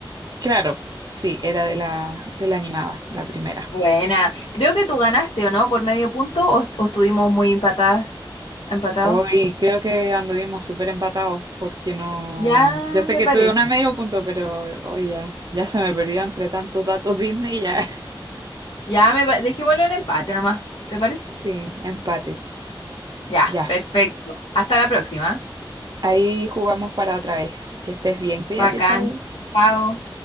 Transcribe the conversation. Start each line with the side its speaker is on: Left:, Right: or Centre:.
Right: Claro, sí, era de la, de la animada, la primera.
Left: Buena. Creo que tú ganaste, ¿o no? Por medio punto, o, est- o estuvimos muy empatadas, empatados.
Right: Hoy creo que anduvimos súper empatados porque no...
Left: Ya
Right: Yo sé
Left: me
Right: que
Left: parece.
Right: tuve una medio punto, pero hoy ya, ya se me perdió entre tantos datos Disney ya.
Left: Ya me pa- dejémoslo en empate nomás. ¿Te parece?
Right: Sí, empate.
Left: Ya,
Right: Ya,
Left: perfecto. Hasta la próxima.
Right: ahí jugamos para otra vez. Que estés bien, cuídate,
Left: Bacán.
Right: chau.
Left: Chao.